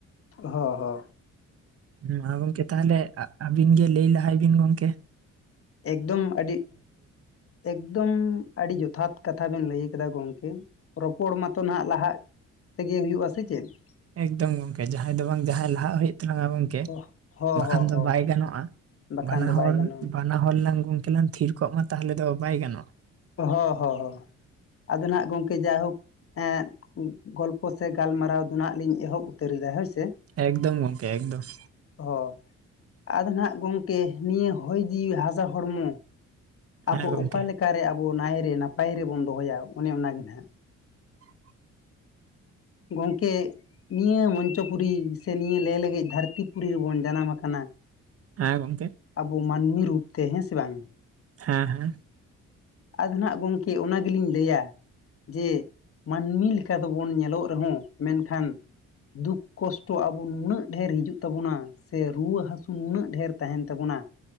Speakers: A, on the left; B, on the right.
A: ᱦᱚᱸ ᱦᱚᱸ ᱾
B: ᱢᱟ ᱜᱚᱢᱠᱮ ᱛᱟᱦᱚᱞᱮ ᱟᱹᱵᱤᱱ ᱜᱮ ᱞᱟᱹᱭ ᱞᱟᱦᱟᱭ ᱵᱤᱱ ᱜᱚᱢᱠᱮ ᱾
A: ᱮᱠᱫᱚᱢ ᱟᱹᱰᱤ ᱾ ᱮᱠᱫᱚᱢ ᱟᱹᱰᱤ ᱡᱚᱛᱷᱟᱛ ᱠᱟᱛᱷᱟ ᱵᱮᱱ ᱞᱟᱹᱭ ᱠᱟᱫᱟ ᱜᱚᱢᱠᱮ ᱨᱚᱯᱚᱲ ᱢᱟᱛᱚ ᱱᱟᱦᱟᱜ ᱞᱟᱦᱟᱜ ᱾ ᱛᱮᱜᱮ ᱦᱩᱭᱩᱜᱼᱟ ᱥᱮ ᱪᱮᱫ ᱾
B: ᱮᱠᱫᱚᱢ ᱜᱚᱝᱠᱮ ᱡᱟᱦᱟᱸᱭ ᱫᱚ ᱵᱟᱝ ᱡᱟᱦᱟᱸᱭ ᱞᱟᱦᱟᱜ ᱦᱩᱭᱩᱜ ᱛᱟᱞᱟᱝᱟ ᱜᱚᱝᱠᱮ ᱾ ᱠᱮ
A: ᱚ ᱦᱚᱸ
B: ᱵᱟᱠᱷᱟᱱ
A: ᱦᱚᱸ
B: ᱫᱚ
A: ᱦᱚᱸ
B: ᱵᱟᱭ ᱜᱟᱱᱚᱜᱼᱟ
A: ᱵᱟᱠᱷᱟᱱ
B: ᱵᱟᱱᱟ
A: ᱫᱚ
B: ᱦᱚᱲ
A: ᱵᱟᱭ ᱜᱟᱱᱚᱜᱼᱟ
B: ᱾ ᱵᱟᱱᱟ ᱦᱚᱲᱞᱟᱝ ᱜᱚᱝᱠᱮ ᱞᱟᱝ ᱛᱷᱤᱨ ᱠᱚᱜ ᱢᱟ ᱛᱟᱦᱚᱞᱮ ᱫᱚ ᱵᱟᱭ ᱜᱟᱱᱚᱜᱼᱟ ᱾
A: ᱦᱚᱸ ᱦᱚᱸ ᱟᱫᱚ ᱦᱟᱸᱜ ᱜᱚᱢᱠᱮ ᱡᱟᱭᱦᱳᱠ ᱾ ᱮᱜ ᱜᱚᱞᱯᱚ ᱥᱮ ᱜᱟᱞᱢᱟᱨᱟᱣ ᱫᱚ ᱞᱤᱧ ᱮᱦᱚᱵ ᱩᱛᱟᱹᱨ ᱮᱟ ᱦᱳᱭ ᱥᱮ ᱾
B: ᱮᱠᱫᱚᱢ ᱜᱚᱢᱠᱮ ᱮᱠᱫᱚᱢ ᱾
A: ᱚ ᱟᱫᱚ ᱱᱟᱦᱟᱜ ᱜᱚᱝᱠᱮ ᱱᱤᱭᱟᱹ ᱦᱚᱭ ᱡᱤᱣᱤ ᱦᱟᱥᱟ ᱦᱚᱲᱢᱚ ᱾
B: ᱦᱮᱸ
A: ᱟᱵᱚ
B: ᱜᱚᱝᱠᱮ
A: ᱚᱠᱟ ᱞᱮᱠᱟᱨᱮ ᱟᱵᱚ ᱱᱟᱭᱨᱮ ᱱᱟᱯᱟᱭ ᱨᱮ ᱵᱚᱱ ᱫᱚᱦᱚᱭᱟ ᱚᱱᱮ ᱚᱱᱟᱜᱮ ᱱᱟᱦᱟᱜ
B: <inaudible>
A: ᱜᱚᱝᱠᱮ ᱱᱤᱭᱟᱹ ᱢᱚᱧᱪᱚᱯᱩᱨᱤ ᱥᱮ ᱱᱤᱭᱟᱹ ᱞᱮ ᱞᱮᱜᱮᱡ ᱫᱷᱟᱹᱨᱛᱤ ᱯᱩᱨᱤ ᱨᱮᱵᱚᱱ ᱡᱟᱱᱟᱢ ᱟᱠᱟᱱᱟ᱾
B: ᱮᱸ ᱜᱚᱝᱠᱮ
A: ᱟᱵᱚ ᱢᱟᱱᱢᱤ ᱨᱩᱯ ᱛᱮ ᱦᱮᱸ ᱥᱮ ᱵᱟᱝ
B: ᱦᱮᱸ ᱦᱮᱸ
A: ᱟᱫᱚ ᱱᱟᱜ ᱜᱚᱝᱠᱮ ᱚᱱᱟ ᱜᱮᱞᱤᱧ ᱞᱟᱹᱭᱟ᱾ ᱡᱮ ᱢᱟᱹᱱᱢᱤ ᱞᱮᱠᱟ ᱫᱚᱵᱚᱱ ᱧᱮᱞᱚᱜ ᱨᱮᱦᱚᱸ ᱢᱮᱱᱠᱷᱟᱱ ᱫᱩᱠ ᱠᱚᱥᱴᱚ ᱟᱵᱚ ᱱᱩᱱᱟᱹᱜ ᱰᱷᱮᱨ ᱦᱤᱡᱩᱜ ᱛᱟᱵᱩᱱᱟ ᱥᱮ ᱨᱩᱣᱟᱹ ᱦᱟᱹᱥᱩ ᱱᱩᱱᱟᱹᱜ ᱰᱷᱮᱨ ᱛᱟᱦᱮᱱ ᱛᱟᱵᱚᱱᱟ᱾